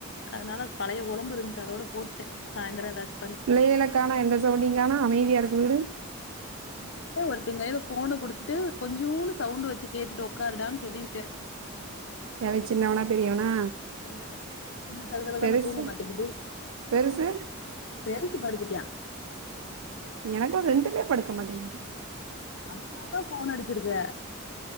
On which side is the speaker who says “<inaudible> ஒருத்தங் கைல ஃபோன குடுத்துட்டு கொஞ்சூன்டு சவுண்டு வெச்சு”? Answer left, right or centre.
Left